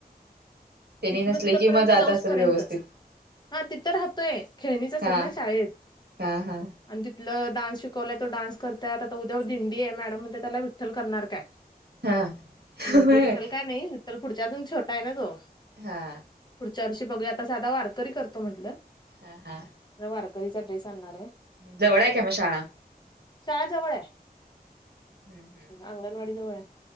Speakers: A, on the right; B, on the left.
A: त्यांनी
B: इथनं
A: नसले
B: तिथं
A: की
B: पर्यंत
A: मग जात
B: जाऊच
A: असेल
B: पर्यंतच,
A: व्यवस्थित
B: हा तिथं राहतय. खेळणीच असतात
A: हा
B: ना शाळेत.
A: हा हा
B: आणि तिथलं डान्स शिकवलाय तो डान्स करतंय आता त उद्या दिंडी ये मॅडम म्हणतात त्याला विठ्ठल करणार काय?
A: हा
B: मी म्हटलं
A: होय
B: विठ्ठल काय नाय विठ्ठल पुढच्या अजून छोटा आहे ना तो.
A: हा
B: पुढच्या वर्षी बघूया आता साधा वारकरी करतो म्हटलं.
A: हा हा.
B: म वारकरीचा ड्रेस आणणारये.
A: जवळ आहे का म शाळा?
B: शाळा जवळ ये
A: हम्म हम्म
B: अंगणवाडी जवळ ये.